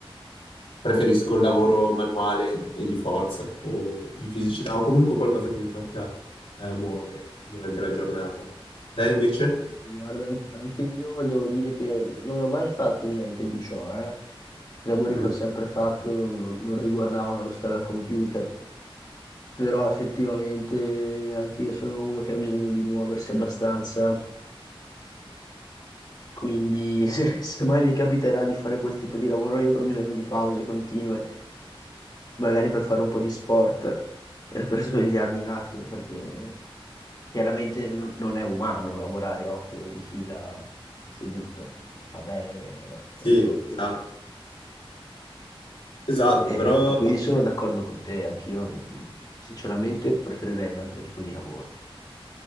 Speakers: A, on the left (about 80°); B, on the left (about 40°).
A: Preferisco
B: Ok.
A: il lavoro manuale e di e di forza o di fisicità o comunque qualcosa che mi faccia eh, muovere durante la giornata. Te invece?
B: Guarda, an- anche io devo dire che non ho mai fatto niente di ciò, eh. I lavori
A: Mm,
B: che ho sempre fatto non, non riguardavano lo stare al computer, però effettivamente anche io sono uno che ha bisogno di muoversi abbastanza. Quindi <laughs> se, se mai mi capiterà di fare quel tipo di lavoro, io avrò bisogno di pause continue, magari per fare un po' di sport, eh, per svegliarmi un attimo, perché chiaramente non non è umano lavorare otto ore di fila seduto, non fa bene, eh,
A: sì,
B: proprio...
A: esatto, esatto,
B: E,
A: però
B: e quindi sono d'accordo con te, anch'io mm, sinceramente preferirei un altro tipo di lavoro.